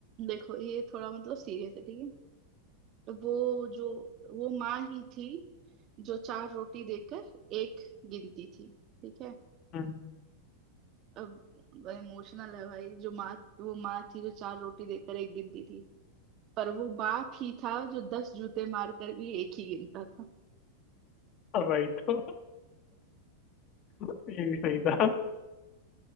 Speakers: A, on the right (about 40°); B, on the left (about 40°).
A: देखो ये थोड़ा मतलब सीरियस है ठीक है तो वो जो वो माँ ही थी जो चार रोटी देकर एक गिनती थी ठीक है
B: हम्म
A: अब इमोशनल है भाई जो माँ वो माँ थी जो चार रोटी देकर एक गिनती थी पर वो बाप ही था जो दस जूते मार कर भी एक ही गिनता था
B: हाँ, भाई तो ये भी सही था ठीक